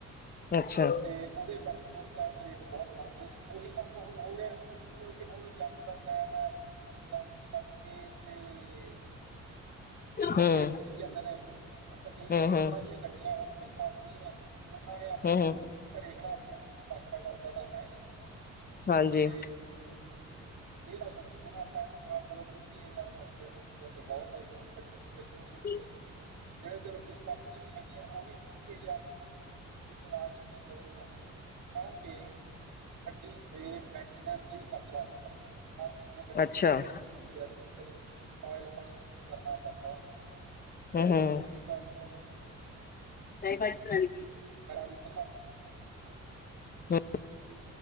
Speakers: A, on the left; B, on the right.
A: ਅੱਛਾ,
B: ਤੇ ਉਹਦੇ ਕਰਕੇ ਉਸ ਟਾਈਮ ਦੇ ਰੇਟ ਬਹੁਤ ਵੱਧ ਗਏ ਸੀ ਉਹੀ ਕੰਮ ਹੋ ਰਿਹਾ ਕਿਉਂਕਿ ਹੁਣ ਜੰਗ ਦਾ ਟਾਈਮ ਹੈ ਜੰਗ ਦੇ ਕਰਕੇ ਤੇ ਡੀਜ਼ਲ
A: ਹੂੰ,
B: ਰੇਟ ਵਧੀ ਜਾਂਦੇ ਨੇ ਤਕਰੀਬਨ
A: ਹੂੰ-ਹੂੰ,
B: ਜਿਹਨਾਂ ਦੀਆਂ ਗੱਡੀਆਂ ਹੁਣ ਕਿਸ਼ਤਾਂ ਫਰੀ ਨੇ ਉਹਨਾਂ ਨੇ ਆਪਣੇ
A: ਹੂੰ-ਹੂੰ,
B: ਘਰੇ ਖੜਾ ਲਈ ਕੁਛ ਪੁੱਛਦਾ ਕਰਦਾ ਤਾਂ ਹੈ ਨੀ
A: ਹਾਂਜੀ।
B: ਤੇ ਇਹ ਨਾ ਸੋਚੀਏ ਨਾ ਆਪਾਂ ਕਿ ਹਾਂ ਚਲੋ ਵੀਹ ਤੀਹ ਹਜ਼ਾਰ ਬਚਦਾ ਮਹੀਨੇ ਦਾ ਤਾਂ ਬਹੁਤ ਹੈ। ਕਿਉਂਕਿ ਗੱਡੀ ਦੀ ਕਿਸ਼ਤ ਵੀ ਹੁੰਦੀ
A: ਠੀਕ
B: ਹੈ ਤੇ ਜਿਹੜੇ ਤੈਨੂੰ ਕਿਸ਼ਤਾਂ ਨਹੀਂ ਵੀ ਹੈਗੀਆਂ ਉਹ ਵੀਹ ਤੀਹ ਹਜ਼ਾਰ ਚਲਾ ਕੇ ਕੀ ਕਰੂਗਾ ਕਿਉਂਕਿ ਗੱਡੀ ਤੇ ਮੈਨਟੇਨਸ ਤੇ ਵੀ ਖਰਚਾ ਹੁੰਦਾ ਹਰ ਮਹੀਨੇ ਗੱਡੀੇਦੀ
A: ਅੱਛਾ।
B: ਮੈਨਟੇਨਸ ਹੁੰਦੀ ਹੈ ਡੀਜ਼ਲ ਓਇਲ ਪਾਣੀ ਚੇਂਜ ਕਰਨਾ ਪੈਂਦਾ ਹੈ,
A: ਹੂੰ-ਹੂੰ,
B: ਦੂਜੀ ਗੱਲ
A: ਦਈ ਭਾਰੀਤ ਨਗੇ <inaudible>
B: <inaudible> ਹੂ
A: ਹੂੰ,